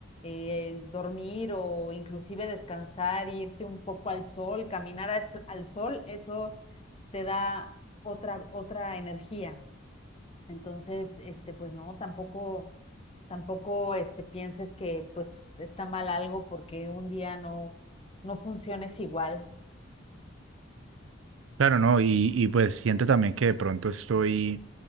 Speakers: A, on the left; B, on the right.
A: Eh, dormir o inclusive descansar, irte un poco al sol, caminar as- al sol, eso te da otra, otra energía. Entonces, este, pues no, tampoco, tampoco, este, pienses que pues está mal algo porque un día no, no funciones igual.
B: Claro, no, y, y pues siento también que de pronto estoy,